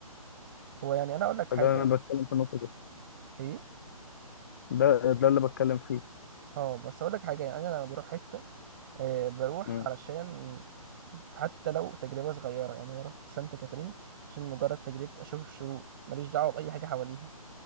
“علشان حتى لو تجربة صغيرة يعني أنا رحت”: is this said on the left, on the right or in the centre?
Right